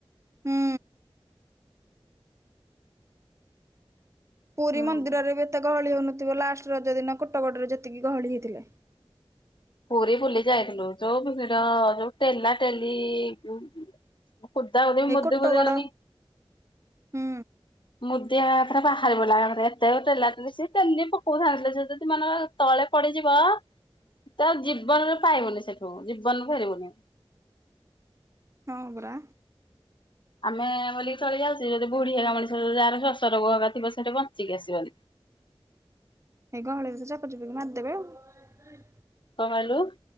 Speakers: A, on the right; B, on the left.
A: ହୁଁ। ପୁରୀ
B: ହୁଁ।
A: ମନ୍ଦିରରେ ବି ତ ଗହଳି ହଉନଥିବ ଲାଷ୍ଟ ରଜ ଦିନ କୋଟ ଗୋଡରେ ଯେତିକି ଗହଳି ହେଇଥିଲା।
B: ପୁରୀ ବୁଲି ଯାଇଥିଲୁ ଯୋଉ ଭିଡ ଯୋଉ ଟେଲା ଟେଲି କଦା ଓେ
A: ଏଇ
B: ମୁଦ
A: କୋଟଗଡ
B: କଦି
A: ହୁଁ
B: ମୁ ରେ ବାହାରିବ ଲରେ ଏତେ ତେଲା ସ ସେମିତି ପକଉଥାଥିଲେ ସେ ଯଦି ମାନର ତଳେ ପଡିଯିବ
A: <inaudible>
B: ତ ଜୀବନରେ ପାଇବୁନି ସେଠୁ ଜୀବନରେ ଫେରିବୁନି।
A: ହଁ ପରା।
B: ଆମେ ବୋଲିକି ଚଳି ଯାଉଛେ ଯଦି ବୁଢୀ ହେଗା ମଣିଷ ଯାହାର ଶ୍ୱାସ ରୋଗ ହୋ ଥିବ ସେଠି ବଞ୍ଚିକି ଆସିବନି।
A: ଏଇ ଗହଳି ଭିତରେ ଚାପ ଚୁପିକି ମାରିଦେବେ ଆଉ।
B: ହାଲୋ।